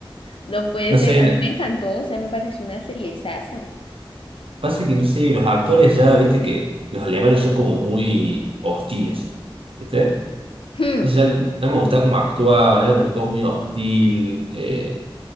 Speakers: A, on the left; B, on the right.
A: No puede
B: No
A: ser,
B: sé,
A: a mí me encantó, o sea, me pareció una serie sasa.
B: pasa que no sé, los actores ya, viste que los alemanes son como muy hostiles, ¿viste?
A: Hmm,
B: Entonces ya no me gustaba cómo actuaban, era como todo muy hostil, eh,